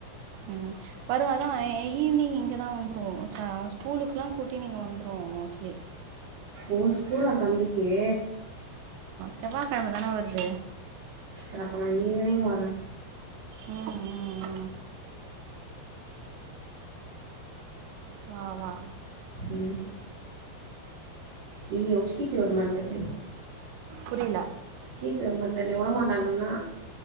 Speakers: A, on the right (about 80°); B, on the right (about 45°).
A: உம் வருவா தான் ஈவினிங் இங்கதான் வந்துருவோ ஷா அவ ஸ்கூலுக்குல்லாம் கூட்டினு இங்க வந்துரு மோஸ்ட்லி
B: ஓ ஸ்கூலா தம்பிக்கே
A: செவ்வாய்கிழமை தானே வருது
B: சரிப்ப நான் ஈவினிங் வரேன்
A: உம் உம் உம் வா வா
B: உம் இயோ கீத்திவர்மான்னு தெர்லயே
A: புரியல
B: கீத்திவர்மா தெர்ல விட மாட்டாங்கன்னா